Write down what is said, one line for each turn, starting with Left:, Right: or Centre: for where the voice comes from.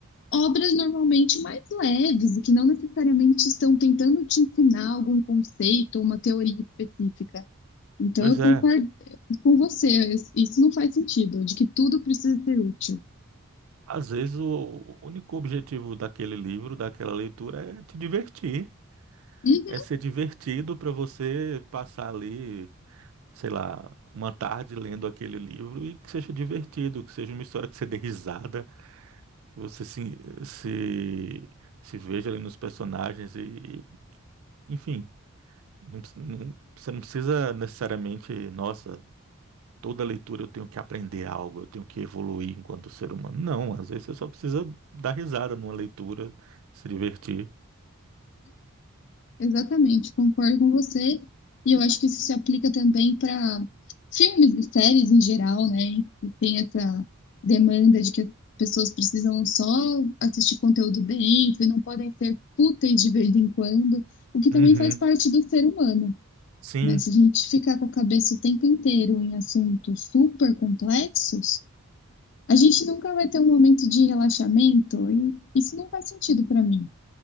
Left: obras normalmente mais leves e que não necessariamente estão tentando te ensinar algum conceito ou uma teoria específica. Então,
Right: Pois
Left: eu
Right: é.
Left: concordo eh, com você, isso não faz sentido, de que tudo precisa ser útil.
Right: Às vezes, o o único objetivo daquele livro, daquela leitura, é te divertir.
Left: Uhum.
Right: É ser divertido para você passar ali, sei lá, uma tarde lendo aquele livro e que seja divertido, que seja uma história que você dê risada, que você se, se, se veja ali nos personagens e, enfim, não precis- não- você não precisa necessariamente, nossa, toda leitura eu tenho que aprender algo, eu tenho que evoluir enquanto ser humano. Não, às vezes você só precisa dar risada numa leitura, se divertir.
Left: Exatamente, concordo com você. E eu acho que isso se aplica também para filmes e séries em geral, né? Que tem essa demanda de que as pessoas precisam só assistir conteúdo denso e não podem ser fúteis de vez em quando, o que
Right: Uhum.
Left: também faz parte do ser humano,
Right: Sim.
Left: né? Se a gente ficar com a cabeça o tempo inteiro em assuntos super complexos, a gente nunca vai ter um momento de relaxamento e isso não faz sentido para mim.